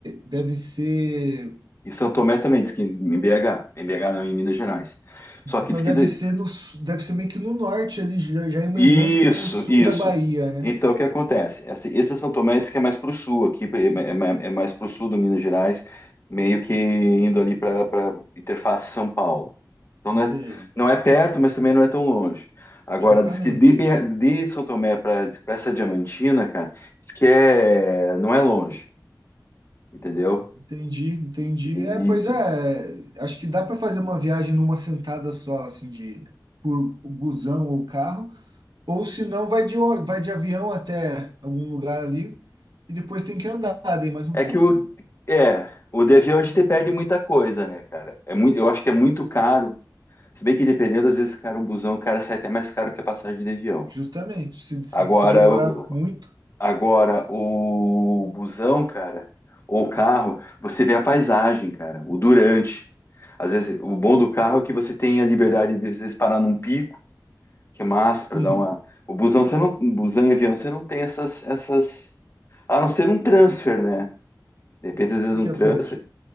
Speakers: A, on the right (about 75°); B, on the left (about 40°).
A: deve ser,
B: Em São Tomé também, diz que em BH. Em BH não, em Minas Gerais. Só
A: então
B: que diz que.
A: deve
B: de-
A: ser no, su- deve ser meio que no norte ali, já, já emendando
B: Isso,
A: com o sul
B: isso.
A: da Bahia, né?
B: Então, o que acontece? Essa, esse São Tomé diz que é mais para o sul, aqui é, ma- é é mais para o sul do Minas Gerais, meio que indo ali para interface São Paulo. Então, não é,
A: Ei.
B: não é perto, mas também não é tão longe. Agora,
A: Justamente.
B: diz que de, BH de São Tomé para essa Diamantina, cara, diz que é, não é longe, entendeu?
A: Entendi, entendi.
B: E
A: É, pois é, acho que dá para fazer uma viagem numa sentada só, assim, de por busão ou carro, ou se não, vai de, ô- vai de avião até algum lugar ali e depois tem que andar daí mais um
B: É
A: pouco,
B: que o,
A: né?
B: é, o DV hoje te perde muita coisa, né, cara? É muito, eu acho que é muito caro. Se bem que dependendo, às vezes, cara, o busão, o cara, sai até mais caro que a passagem de avião.
A: Justamente, se, se,
B: Agora,
A: se demorar
B: o-
A: muito,
B: agora o busão, cara, ou o carro, você vê a paisagem, cara, o durante. Às vezes, o bom do carro é que você tem a liberdade de, às vezes, parar num pico, que é massa
A: sim.
B: para dar uma. O busão, você não, busão e avião, você não tem essas, essas. A não ser um transfer, né? De repente, às vezes,
A: O que
B: um
A: que
B: transfer
A: é o transfer? O